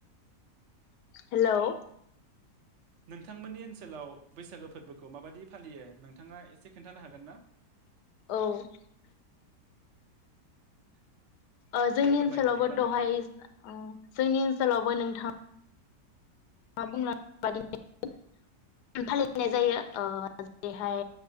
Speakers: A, on the left (about 80°); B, on the right (about 50°).
A: हेल'
B: नोंथां मोननि ओनसोलाव बैसागु फोरबोखौ माबायदि फालियो नोंथाङा एसे खोन्थानो हागोन ना?
A: औ <inaudible>
B: <inaudible>
A: ओ जोंनि
B: दे फोरमाय
A: ओनसोलावबो
B: बिदिब्ला
A: दहाय
B: नोंथां
A: ओ जोंनि ओनसोलावबो नोंथां ङा बुंलां बादि <unintelligible> फालिनाय जायो ओ जेरैहाय